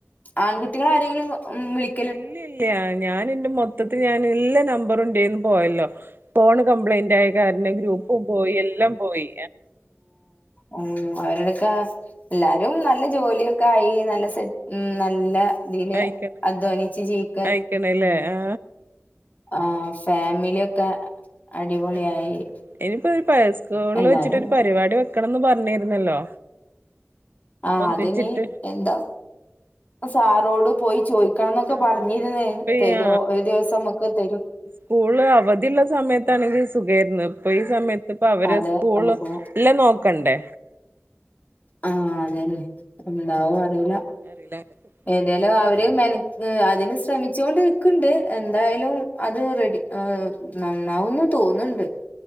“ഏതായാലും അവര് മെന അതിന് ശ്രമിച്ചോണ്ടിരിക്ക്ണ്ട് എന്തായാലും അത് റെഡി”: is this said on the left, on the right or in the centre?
Left